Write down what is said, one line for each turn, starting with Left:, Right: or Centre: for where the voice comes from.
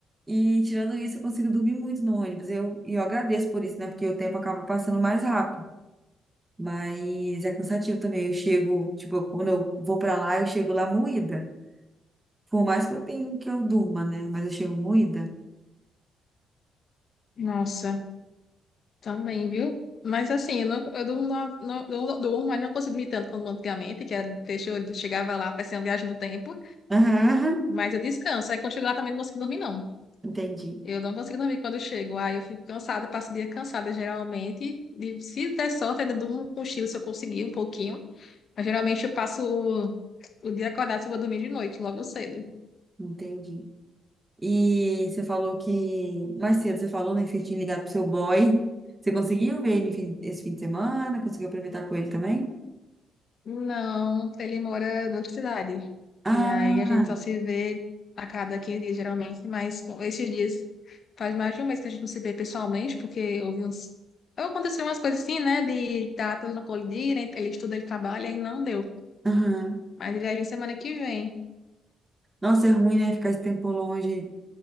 Right: E tirando isso, eu consigo dormir muito no ônibus. Eu, e eu agradeço por isso, né? Porque o tempo acaba passando mais rápido. Mas é cansativo também. Eu chego, tipo, quando eu vou pra lá, eu chego lá moída. Por mais que eu tenha que eu durma, né? Mas eu chego moída.
Left: Nossa, também, viu? Mas assim, eu, não, eu durmo, na- não, eu não durmo, mas não consigo dormir tanto como antigamente, que era, deixa eu, eu chegava lá, parecia uma viagem no tempo.
Right: Aham,
Left: Mas eu descanso, aí quando chego lá também não consigo dormir, não.
Right: entendi.
Left: Eu não consigo dormir quando eu chego. Aí eu fico cansada, passo o dia cansada geralmente. E se der sorte, ainda durmo com cochilo se eu conseguir um pouquinho. Mas geralmente eu passo o, o dia acordado se eu vou dormir de noite, logo cedo.
Right: Entendi. E você falou que mais cedo você falou, né, que você tinha ligado pro seu boy. Você conseguiu ver ele fim- esse fim de semana? Conseguiu aproveitar com ele também?
Left: Não, ele mora em outra cidade.
Right: Ah,
Left: E aí a gente só se vê a cada 15 dias, geralmente. Mas com esses dias faz mais de um mês que a gente não se vê pessoalmente, porque houve uns. Aconteceu umas coisas assim, né? De datas não colidirem, ele estuda, ele trabalha e não deu.
Right: aham.
Left: Mas ele vai vir semana que vem.
Right: Nossa, é ruim, né? Ficar esse tempo longe,